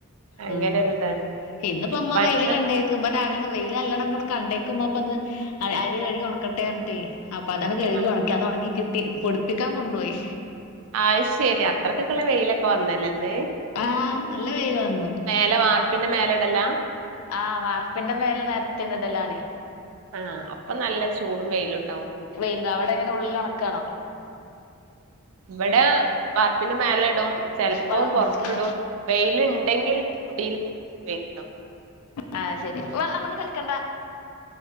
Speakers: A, on the right; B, on the left.
A: അങ്ങനെ
B: ഉം
A: ഒരു ഇതാണ്
B: ഇന്നിപ്പം മ്മ
A: പണികൾ
B: വെയില് കണ്ടേ ക്ക്മ്മ രാവിലെന്ന് വെയില് നല്ലോണംങ്ങ കണ്ടേക്കുമ്പ അപ്പൊ ഒന്ന് അരി കഴുകി ഉണക്കട്ടെ റ്ഞ്ഞ്ട്ടേ അപ്പ അതാണ് കഴുകി
A: ആ
B: ഒണക്കി അത് ഒണങ്ങി കിട്ടി പൊടിപ്പികാൻ കൊണ്ടോയി
A: അഹ് ശെരി അത്രക്കൊക്കെള്ള വെയിലൊക്കെ വന്നല്ലേ ഇന്ന്
B: ആഹ് നല്ല വെയില് വന്നു
A: ങ്ങല വാർപ്പിന്റെ മേലേ ഇടലാ
B: ആഹ് വാർപ്പിന്റെ മേലെ നിരത്തിണ്ട് ടലാണ്
A: ആ അപ്പൊ നല്ല ചൂടും വെയിലും ഉണ്ടാവും
B: വരുന്ന അവിടെ എങ്ങനെ ഉള്ളിൽ ഉണക്കാ ണോ
A: ഇവിടെ വാർപ്പിന്റെ മേലെ ഇടും ചിലപ്പോ
B: വെള്ളം കൊണ്ട്
A: പൊറത്തിടും
B: കളിക്കാൻ
A: വെയിൽ ഉണ്ടെങ്കിൽ <unintelligible>
B: ആഹ ശെരി വെള്ളം കൊണ്ട് കളിക്കണ്ട